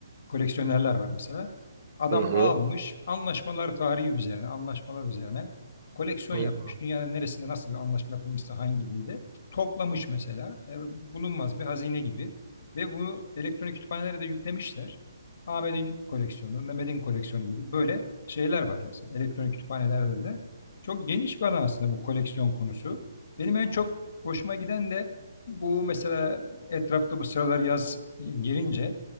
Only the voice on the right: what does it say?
Hı hı.
Hı
hı.